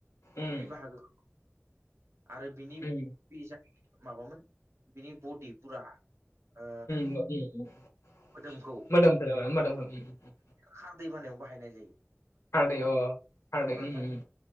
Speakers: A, on the left; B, on the right.
A: उम
B: बे बाहागोखौ आरो बिनि
A: उम
B: बे जो माबामोन बिनि बडि फुरा ओ
A: <unintelligible>
B: मोदोमखौ खार दै बानायाव बाहायनाय जायो।
A: खारदै अ खारदै
B: नोंथां
A: उम उम